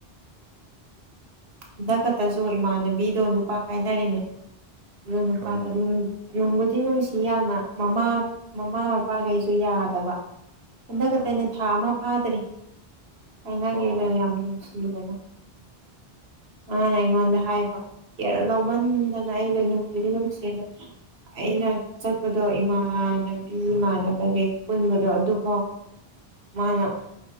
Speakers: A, on the right; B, on the right.
A: ꯍꯟꯗꯛ ꯈꯛꯇꯁꯨ ꯏꯃꯥꯟꯅꯕꯤꯗꯣ ꯅꯨꯄꯥ ꯀꯥꯏꯅꯔꯤꯅꯦ ꯑꯗꯨ ꯅꯨꯄꯥꯗ
B: ꯑꯣ
A: ꯅꯨꯡꯕꯨꯗꯤ ꯅꯨꯡꯁꯤ ꯌꯥꯅ ꯃꯃꯥ ꯃꯃꯥ ꯃꯄꯥꯈꯩꯁꯨ ꯌꯥꯎ ꯌꯥꯗꯕ ꯍꯟꯗ
B: ꯑꯣ
A: ꯈꯛꯇꯅꯦ ꯊꯥ ꯑꯃ ꯐꯥꯗ꯭ꯔꯤ ꯍꯥꯏꯅꯒꯤꯗ
B: ꯑꯣ
A: ꯌꯥꯝ ꯅꯨꯡꯁꯤꯔꯅ ꯃꯥꯅ ꯑꯩꯉꯣꯟꯗ ꯍꯥꯏꯕ ꯀꯦꯔꯣ ꯂꯧꯃꯟꯗꯅ ꯑꯩꯗꯣꯏ ꯅꯨꯡꯒꯤꯗꯤ ꯅꯨꯡꯁꯤꯗ ꯑꯩꯅ ꯆꯠꯄꯗꯣ ꯏꯃꯥꯟꯅꯕꯤ ꯏꯃꯥꯟꯅꯕ ꯍꯦꯛ ꯄꯨꯟꯕꯗꯣ ꯑꯗꯨꯐꯥꯎ ꯃꯥꯅ